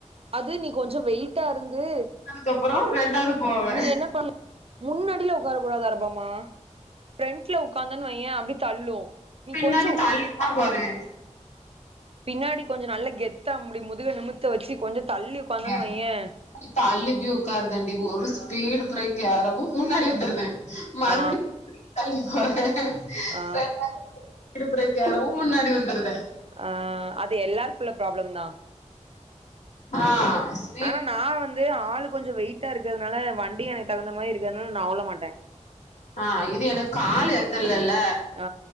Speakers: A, on the right (about 50°); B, on the left (about 65°).
A: அது நீ கொஞ்ச வெயிட்டாருந்து
B: அதுக்கப்பறோ ரெண்டாவது போவே
A: நீ என்ன பண் முன்னாடியில உக்காரக் கூடாது அரபமா பிரண்ட்ல உக்காந்தன்வையே அப்டி தள்ளு நீ
B: பின்னாடி
A: கொஞ்சோ
B: தள்ளிதா போறே
A: பின்னாடி கொஞ்ச நல்லா கெத்த இப்டி முதுகெழும்புத் து வச்சு கொஞ்ச தள்ளி உக்காந்தானு
B: பின்னாடி
A: வையே
B: தள்ளி போய் உக்கார்தண்டி ஒரு ஸ்பீடு பிரேக் யாராவு முன்னாடி வந்துருது மறுபடி
A: ஆ
B: தள்ளி <unintelligible>
A: ஆ
B: இடுப் பிரேக்யாரவு முன்னாடி வந்துருதே.
A: ஆ அது எல்லார்க்குள்ள ப்ராப்ளம் தா.
B: ஆ ஸ்
A: ஆனா நா வந்து ஆளு கொஞ்சோ வெயிட்டா இருக்கதுனால வண்டி எனக்கு தகுந்த மாரி இருக்கதுனால் நா உழ மாட்டே.
B: ஆ இது எனக் காலு எத்தலல்ல.
A: ஆ